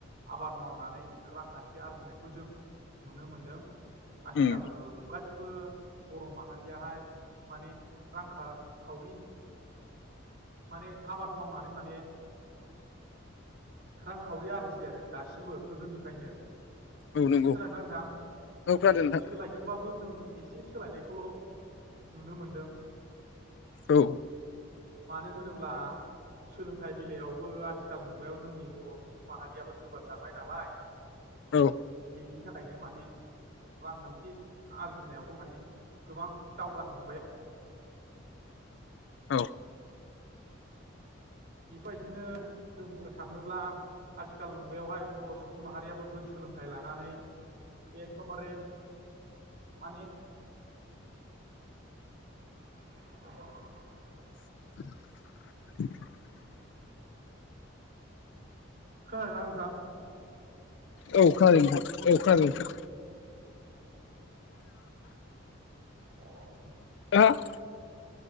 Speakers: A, on the right; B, on the left.
A: आबाद मावनानै रांखान्थि आरजिनाय खौ जों नुनो मोनदों आथिखाल
B: उम
A: मुगासिम बो बर' माहारियाहाय माने रांखा खावरि माने आबाद मावनानै माने रांखावरि आरजियो आरो दासिमबो गोदोनिफ्रायनो
B: औ नंगौ
A: खोनादोंना नोंथां
B: औ खोनादों नोंथां
A: सोलायदोंबाबो जों इ से सोलायनायखौल' नुनो मोनदों।
B: औ
A: मानो होनोब्ला सोलोंथाइ बेलायावबो आथिखाल मुगायाव जोंनि बर' सुबुं माहारियाबो जौगासारबाय नालाय।
B: औ
A: बेनि थाखायनो माने रांखान्थि आरजिनायावबो माने गोबां दावगानो हमबाय
B: औ
A: बेफोबायदिनो जों बुंनो थाङोब्ला आथिखाल मुगायावहाय बर' सुबुं माहारियाबो गोजौ सोलोंथाइ लानानै एकदमबारे माने <inaudible>
B: <inaudible>
A: खोनादोंना नोंथां
B: औ खोनादों नोंथां औ खोनादों नोंथां
A: अ'
B: दा <inaudible>